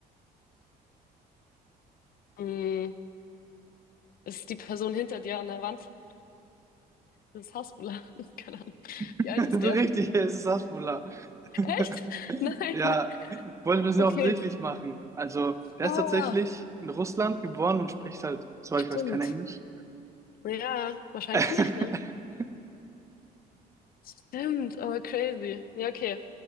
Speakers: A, on the left; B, on the right.
A: mm, ist die Person hinter dir an der Wand? Das ist Hasbula. <laughs> Keine Ahnung.
B: <laughs>
A: Wie alt ist
B: So
A: der?
B: richtig, es ist Hasbulla. <laughs>
A: Echt? <laughs>
B: Ja,
A: Nein.
B: Ich wollte ein bisschen
A: Okay.
B: offensichtlich machen. Also, der
A: Ah,
B: ist tatsächlich in Russland geboren und spricht halt, soweit
A: stimmt.
B: ich weiß, kein Englisch.
A: Ja, wahrscheinlich
B: <laughs>
A: nicht, ne? Stimmt, aber crazy. Ja, okay.